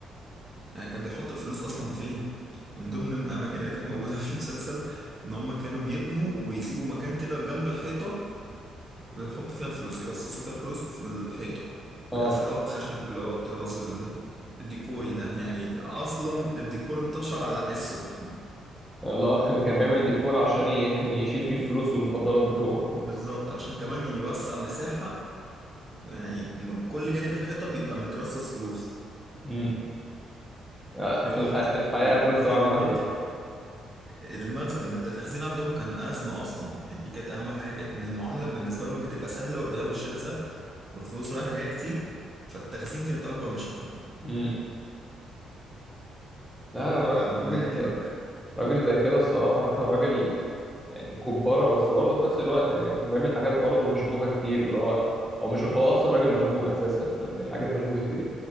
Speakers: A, on the right; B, in the centre.
A: يعني كان بيحط الفلوس أصلا فين من ضمن الأماكن اللي كانت موجودة في المسلسل إن هم كانوا بيبنوا ويسيبوا مكان كده جنب الحيطة ويحطوا فيها الفلوس يرصصوا فيها الفلوس في الحيطة ويقفلوها
B: اه
A: بخشب اللي هو الطراز ال- الديكوري ده يعني أصلا الديكور انتشر على حسه
B: الله <laughs> كان بيعمل ديكور عشان ي- يشيل فيه الفلوس والمخدرات بتوعه
A: بالظبط عشان كمان يوسع مساحة يعني من كل جانب الحيطة بيبقى مترصص فلوس
B: امم آه،
A: ويقول
B: الح...
A: لك
B: الحياة
A: مثلا الجزء
B: قبل اختراع
A: ده
B: المخزن
A: المتر المخزن ده التخزين عندهم كان أزمة أصلا يعني دي كانت أهم حاجة إن المعاملة بالنسبة لهم بتبقى سهلة والبيع والشراء سهل والفلوس رايحة جاية كتير فالتخزين كانت أكبر مشاكله
B: امم لا
A: لا
B: راجل
A: آه،
B: راجل
A: هيعجبك
B: راجل زي كده الصراحة <laughs> راجل يعني كبارة بس برضه في نفس الوقت يعني هو بيعمل حاجات برضه مشبوهة كتير اللي هو هو مش هو أصلا راجل مشبوه أساسا <laughs> حاجات مشبوهة فيه